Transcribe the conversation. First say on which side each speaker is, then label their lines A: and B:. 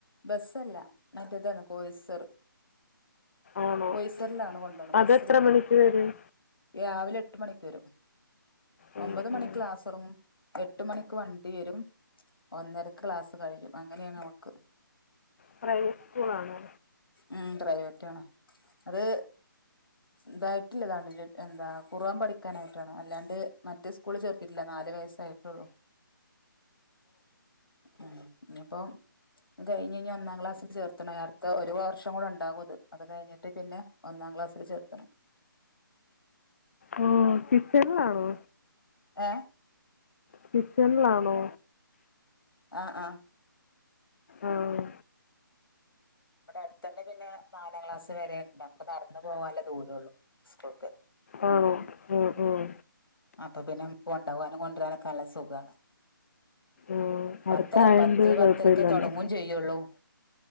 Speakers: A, on the left; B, on the left.
A: ബസ്സല്ല മറ്റതാണ് കോയ്സർ
B: ആണോ
A: ബൊയ്സറിലാണ് കൊണ്ട പോണെ ബസിലല്ല
B: അതെത്ര മണിക്ക് വരും
A: രാവിലെ എട്ട് മണിക്ക് വരും
B: ഉം
A: ഒമ്പത് മണിക്ലാസോടങ്ങും
B: ഉം
A: എട്ട് മണിക്ക് വണ്ടി വരും ഒന്നരക്ക് ക്ലാസ് കഴിയും അങ്ങനെയാണ് അവൾക്ക്
B: പ്രൈവറ്റ് സ്കൂൾ ആണ്.
A: ഉം പ്രൈവറ്റാണ് അത് ഇതായിട്ടില്ലതാണ്ട് എന്താ ഖുർആൻ പഠിക്കാനായിട്ടണോ അല്ലാണ്ട് മറ്റു സ്കൂള് ചേർത്തിട്ടില്ല നാലു വയസായിട്ടള്ളു. ഉം ഇനിയിപ്പോം കഴിഞ്ഞ് ഇനി ഒന്നാം ക്ലാസില് ചേർത്തണം അടുത്ത ഒരു വർഷം കൂടെ ഉണ്ടാകും ഇത് അത് കഴിഞ്ഞിട്ട് പിന്നെ ഒന്നാം ക്ലാസില് ചേർത്തണം.
B: ഓ കിച്ചനിലാണോ?
A: ഏഹ്?
B: കിച്ചണിലാണോ?
A: ആഹ് ആഹ്.
B: ആഹ്.
A: അവിടെ അടുത്ത തന്നെ പിന്നെ നാലാം ക്ലാസ് വരെയുണ്ട് നമുക്ക് നടന്ന പോകാനുള്ള ദൂരമുള്ളൂ സ്കൂൾക്ക്.
B: ആഹ് ഉം ഉം.
A: അപ്പൊ പിന്നെ കൊണ്ടകാനും കൊണ്ടുവരാനൊക്കെ നല്ല സുഖമാണ്.
B: ഉം
A: പത്തര
B: അടുത്തായോണ്ട്
A: പത്ത് പത്തരക്കെ
B: കൊഴപ്പല്ലല്ലോ
A: തുടങ്ങും ചെയ്യുള്ളൂ.